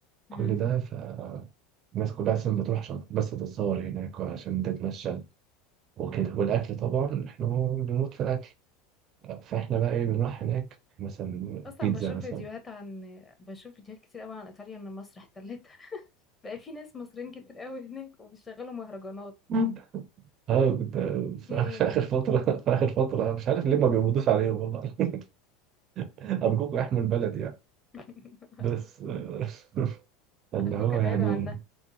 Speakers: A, on the left (about 20°); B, on the right (about 45°).
A: مم.
B: كل ده فالناس كلها اصلا بتروح عشان بس تتصور هناك وعشان تتمشى وكده والاكل طبعا احنا بنموت في الاكل فاحنا بقى ايه بنروح هناك مثلا
A: أصلا
B: بيتزا
A: بشوف
B: مثلا
A: فيديوهات عن بشوف فيديوهات كتير قوي عن إيطاليا إن مصر احتلتها <laughs> بقى في ناس مصريين كتير قوي هناك وبيشغلوا مهرجانات
B: <laughs> اه كنت في
A: في إيه
B: آخر في
A: يا جماعة؟
B: آخر فترة <laughs> في آخر فترة مش عارف ليه ما بيقبضوش عليهم والله <laughs> أرجوكوا احموا البلد يعني
A: <laughs>
B: بس
A: أرجو
B: آه، <laughs> اللي
A: أرجوك
B: هو
A: ابعدوا
B: يعني
A: عنها